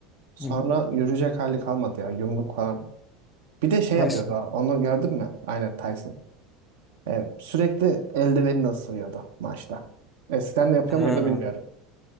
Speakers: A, on the right (about 65°); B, on the left (about 15°).
A: Sonra
B: Hı hı.
A: yürüyecek hali kalmadı ya yumruk falan. Bir de şey
B: Tyson.
A: yapıyordu ha, onu gördün mü? Aynen Tyson. E, sürekli eldivenini ısırıyordu maçta. Eskiden de yapıyor
B: Ha.
A: muydu bilmiyorum.